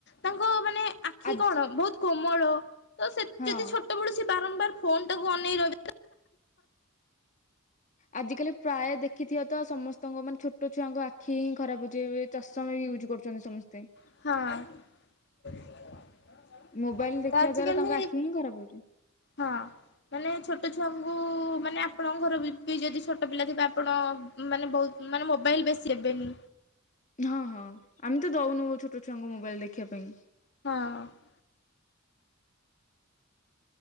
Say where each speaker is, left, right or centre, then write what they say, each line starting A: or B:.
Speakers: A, on the left; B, on the left.
A: ତାଙ୍କ ମାନେ ଆଖି
B: ଆଜି
A: କଣ ବହୁତ କୋମଳ ତ ସେ
B: ହଁ।
A: ଯଦି ଛୋଟ ଯେତେବେଳେ ସେ ବାରମ୍ୱାର ଫୋନଟାକୁ ଅନେଇ ରିହିବେ
B: ଆଜିିକାଲି ପ୍ରାୟ ଦେଖିଥିବ ତ ସମସ୍ତଙ୍କ ମାନେ ଛୋଟ ଛୋଟ ଛୁଆଙ୍କ ଆଖି ହିଁ ଖରାପ ହଉଛି ଏବେ ଚଷମା ୟୁଜ୍ କରୁଛନ୍ତି ସମସ୍ତେ।
A: ହଁ।
B: ମୋବାଇଲ ଦେଖିବା
A: ତ ଆଜିକାଲି
B: ଦ୍ଵାରା ତାଙ୍କ ଆଖି ହିଁ ଖରାପ ହଉଛି।
A: ହଁ। ମାନେ ଛୋଟ ଛୁଆଙ୍କୁ ମାନେ ଆପଣଙ୍କ ଘର ବି ଯଦି ଛୋଟ ପିଲା ଥିବେ ଆପଣ ମାନେ ବହୁତ ମାନେ ମୋବାଇଲ୍ ବେଶୀ ଦେବେନି।
B: ହଁ ହଁ ଆମେ ତ ଦଉନୁ ଛୋଟ ଛୁଆଙ୍କୁ ମୋବାଇଲ ଦେଖିବା ପାଇଁ।
A: ହଁ।